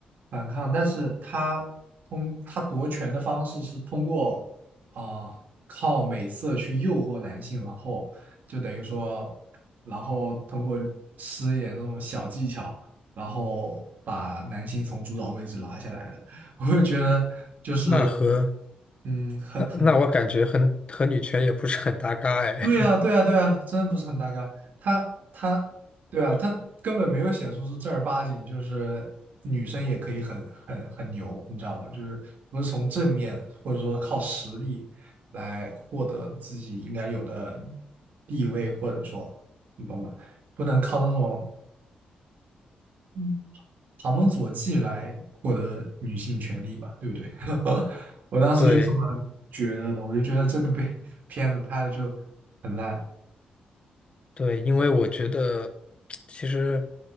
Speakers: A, on the right; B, on the left.
A: 反抗，但是他通他夺权的方式是通过啊、呃靠美色去诱惑男性，然后就等于说，然后通过施一点那种小技巧，然后把男性从主导位置拉下来的。<laughs> 我就觉得就是
B: 那和
A: 嗯，很
B: 那那我感觉和和女权也不是很搭嘎哎。
A: 对啊，
B: <laughs>
A: 对啊，对啊，真的不是很大嘎。他他，对啊，他根本没有显示出正儿八经，就是女生也可以很很很牛，你知道吧？就是不是从正面或者说靠实力来获得自己应该有的地位，或者说你懂吧？不能靠那种嗯旁门左技来获得女性权利吧，对不对？<laughs> 我当时就这么觉得的，
B: 对
A: 我就觉得这部片 <laughs> 片子拍的就很烂。
B: 对，因为我觉得其实